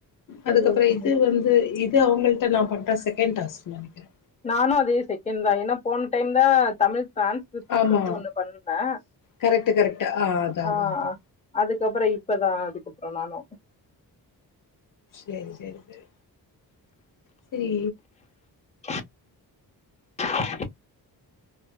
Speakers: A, on the left (about 15°); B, on the left (about 55°).
A: சரி
B: அதுக்கப்ற
A: ஓகேங்க.
B: இது வந்து இத் து அவ்ங்கள்ட நா பண்ற செகண்ட் டாஸ்க்னு நெனைக்கிறே
A: நானு அதே செகண்ட் தா ஏனா போன டைம் தா தமிழ் டிரான்ஸ்கிரிப்ஷன்னு
B: ஆமா
A: சொல்ட்டு ஒன்னு பண்ணுனே
B: கரெக்ட் கரெக்ட் அதா
A: ஆ
B: அதா
A: ஆ
B: அதா
A: அதுக்கப்பற இப் இப்பதா அதுக்கப்ற நானு
B: சேரி சேரி சேரி செரி
A: <unintelligible>